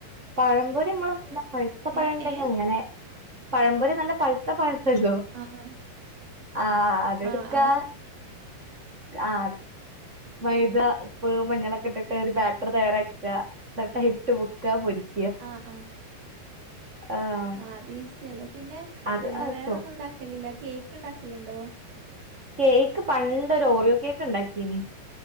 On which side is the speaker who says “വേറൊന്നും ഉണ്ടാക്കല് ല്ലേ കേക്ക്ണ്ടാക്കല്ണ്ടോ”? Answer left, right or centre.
Right